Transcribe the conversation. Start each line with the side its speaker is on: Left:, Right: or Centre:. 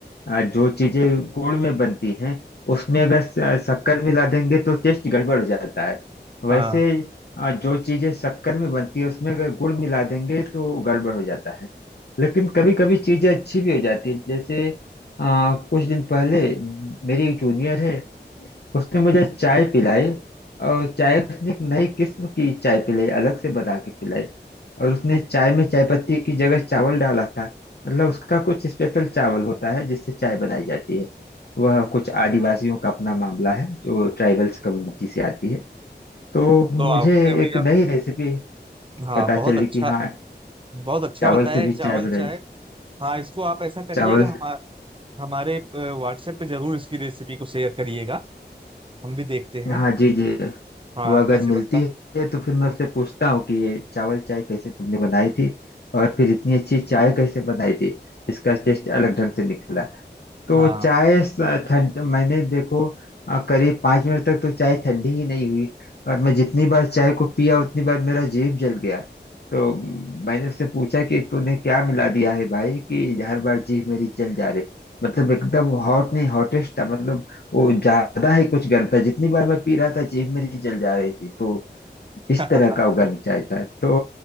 Left: अ, जो चीजें गुड़ में बनती हैं उसमें
Right: हम्म,
Left: अगर स- शक्कर मिला देंगे तो टेस्ट गड़बड़ हो जाता है वैसे
Right: हाँ
Left: अ, जो चीजें शक्कर में बनती है उसमें अगर गुड़ मिला देंगे तो गड़बड़ हो जाता है लेकिन कभी कभी चीजें अच्छी भी हो जाती है जैसे अ, कुछ दिन पहले मेरी एक जूनियर है उसने मुझे चाय पिलाई और चाय उसने एक नई किस्म की चाय पिलाई अलग से बना के पिलाई और उसने
Right: हम्म,
Left: चाय में चाय पत्ती की जगह चावल डाला था मतलब उसका कुछ स्पेशल चावल होता है जिससे चाय बनाई जाती है वह कुछ आदिवासियों का अपना मामला है जो ट्राइबल्स कम्युनिटी से आती है तो
Right: तो
Left: मुझे
Right: आपने भैया
Left: एक नई रेसिपी
Right: हाँ
Left: पता
Right: बहुत
Left: चली
Right: अच्छा
Left: कि हाँ
Right: बहुत अच्छा
Left: चावल
Right: बताया
Left: से
Right: है
Left: भी
Right: चावल
Left: चाय बनाई
Right: चाय हाँ इसको आप ऐसा करिएगा
Left: चावल
Right: हमा, हमारे व्हाट्सएप पे जरूर इसकी रेसिपी को शेयर करिएगा हम भी देखते हैं
Left: हाँ जी जी
Right: हाँ
Left: वह अगर
Right: कैसे
Left: मिलती
Right: बनता
Left: है तो फिर मैं उससे पूछता हूँ कि ये चावल चाय कैसे तुमने बनाई थी और फिर इतनी अच्छी चाय कैसे बनाई थी इसका टेस्ट अलग ढंग से निकला तो
Right: है
Left: चाय स- ठंड मैंने देखो अ, करीब पाँच मिनट तक तो चाय ठंडी ही नहीं हुई और मैं जितनी बार चाय को पिया उतनी बार मेरा जीभ जल गया तो म, मैंने उससे पूछा कि तूने क्या मिला दिया है भाई कि हर बार जीभ मेरी जल जा रही मतलब एकदम हॉट नहीं हॉटेस्ट था मतलब वो ज्यादा ही कुछ गर्म था जितनी बार मैं पी रहा था जीभ मेरी जल जा रही थी तो इस
Right: हाँ
Left: तरह
Right: <laughs>
Left: का उगर मचाया है तो